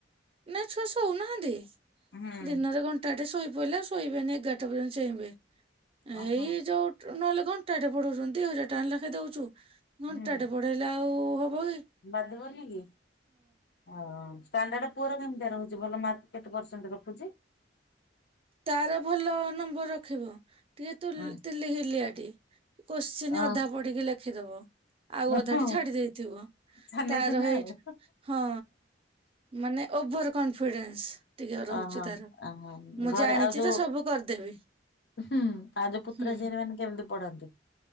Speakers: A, on the right; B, on the left.
A: ନାଇଁ ଛୁଆ ଶୋଉନାହାନ୍ତି
B: ହୁଁ
A: ଦିନରେ ଘଣ୍ଟ ଟାଟେ ଶୋଇ ପଇଲେ ଆଉ ଶୋଇବେନି ଏଗାରଟା ପର୍ଯ୍ୟନ୍ତ ଚେଇଁବେ
B: ଓହୋ।
A: ଏଇ ଯୋଉ ନହେଲେ ଘଣ୍ଟାଟେ ପଢ଼ଉଚନ୍ତି ଦି ହଜାର ଟଙ୍କା ଲାଖେ ଦଉଚୁ ଘଣ୍ଟାଟେ
B: ହୁଁ
A: ପଢ଼େଇଲେ ଆଉ ଉ ଉ ଉ ହବ କି।
B: ବାଧିବନି କି ହଁ। ଷ୍ଟାଣ୍ଡାର୍ଡ ପୁଅର କେମତିଆ ରହୁଚି ଭଲ ମାର୍କ କେତେ ପରସେଣ୍ଟ ରଖୁଚି?
A: ତାର ଭଲ ନମ୍ବର ରଖିବ ଟିକେ ତୁଲ
B: ଉଁ
A: ତିଲିଘିଲିଆ ଟି। କୋଶ୍ଚିିନ
B: ଅ
A: ଅଧା ପଢ଼ିକି ଲେଖିଦବ। ଆଉ
B: ଓହୋ
A: ଅଧାଟି ଛାଡି ଦେଇଥିବ
B: ଛାନିଆ
A: ତାର
B: ଛାନିଆ
A: ହେଇଠି
B: ଆଉ।
A: ହଁ ମାନେ ଓଭର କନଫିଡେନ୍ସ। ଟିକେ ରହୁଛି
B: ଓହୋ
A: ତାର।
B: ଓହୋ।
A: ମୁଁ
B: ଘରେ
A: ଜାଣିଛି
B: ଆଉ ଯୋଉ
A: ତ ସବୁ କରିଦେବି
B: ହୁଁ ଆଉ ଯୋଉ ପୁତୁରା
A: ହୁଁ।
B: ଝିଆରି ମାନେ କେମିତି ପଢ଼ନ୍ତି